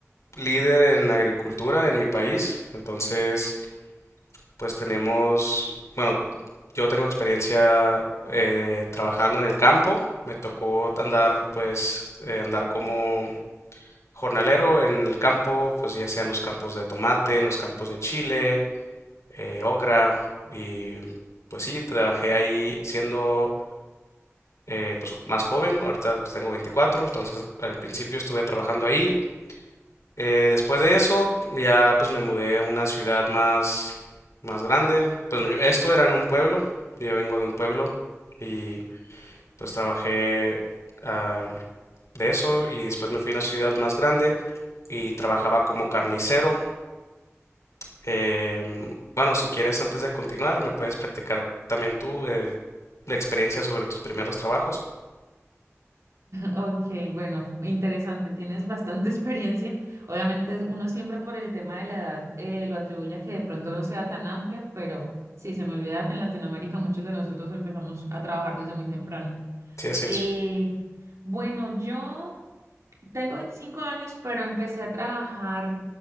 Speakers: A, on the left; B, on the right.
A: líder en agricultura en mi país, entonces pues tenemos, bueno, yo tengo experiencia eh, trabajando en el campo, me tocó andar pues eh, andar como jornalero en el campo, pues ya sean los campos de tomate, en los campos de chile, eh, ocra, y pues sí, trabajé ahí siendo eh, pues más joven, ahorita pues, tengo veinticuatro entonces al principio estuve trabajando ahí. Eh, después de eso, ya pues me mudé a una ciudad más, más grande. Pues no, yo- esto era en un pueblo, yo vengo de un pueblo y pues trabajé ah, de eso y después me fui a una ciudad más grande y trabajaba como carnicero Em, bueno, si quieres, antes de continuar, me puedes practicar también tú eh, la experiencia sobre tus primeros trabajos.
B: Ok, bueno, interesante, tienes bastante <laughs> experiencia. Obviamente uno siempre por el tema de la edad eh, lo atribuye a que de pronto no sea tan amplia, pero sí, se me olvida que en Latinoamérica muchos de nosotros empezamos a trabajar desde muy temprano.
A: Sí, así
B: Eh,
A: es.
B: bueno, yo tengo 25 años, pero empecé a trabajar,